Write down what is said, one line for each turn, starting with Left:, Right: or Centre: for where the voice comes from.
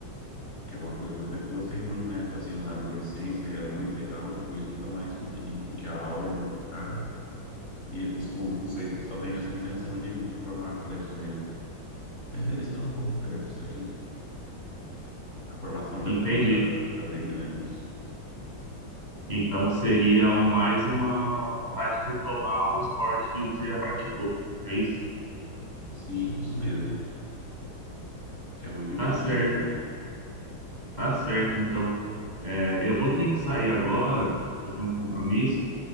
Left: que é uma coisa que eu sempre gostei muito, né? Fazia na adolescência, era muito legal, depois nunca mais consegui, porque a aula é muito cara e esses públicos sempre só têm essa intenção de, de formar atleta mesmo. Mas eles estão um pouco certos aqui. A formação de
Right: Entendi.
Left: atleta tá, tá bem grande.
Right: Então seria um- mais uma, uma vontade de retomar um esporte que você já praticou. É isso?
Left: Sim, isso mesmo, que é muito divertido
Right: Tá certo,
Left: também.
Right: tá certo. Então É, eu vou ter que sair agora, eu tenho um compromisso,